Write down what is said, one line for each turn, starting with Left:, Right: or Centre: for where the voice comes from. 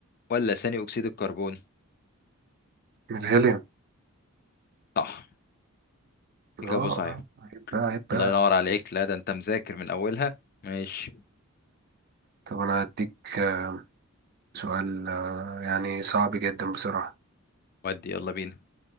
Left: ولا ثاني أكسيد الكربون؟
Right: من الهيليوم
Left: صح
Right: اه
Left: إجابة صحيحة
Right: عيب بقى عيب بقى
Left: الله ينور عليك لا ده انت مذاكر من اولها ماشي
Right: طب أنا هديك آه، سؤال آه، يعني صعب جدا بصراحة
Left: ودي يلا بينا